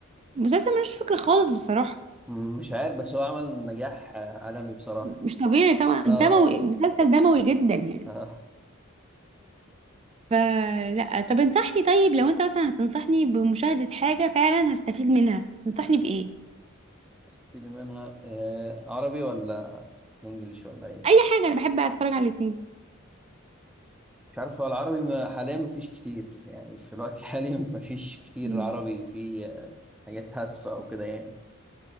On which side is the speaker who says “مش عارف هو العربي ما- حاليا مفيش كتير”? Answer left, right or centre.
Centre